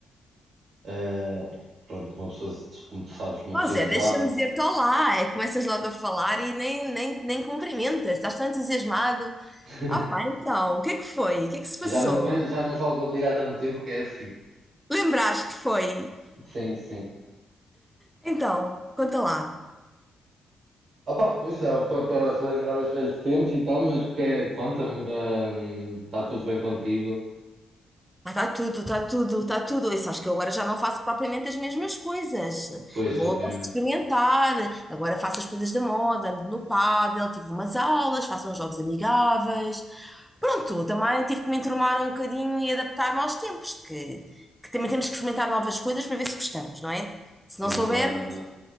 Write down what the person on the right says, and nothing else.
Ah, pronto, uma pessoa, como tu sabes, uma
pessoa
jogava.
<laughs>
Já não, te vejo- já não falo contigo há tanto tempo que é assim.
Sim, sim.
Opa, pois é, para relembrar os velhos tempos e tal, mas que, é, conta-me, ah, está tudo bem contigo?
Pois,
obviamente.
É
verdade, é verdade.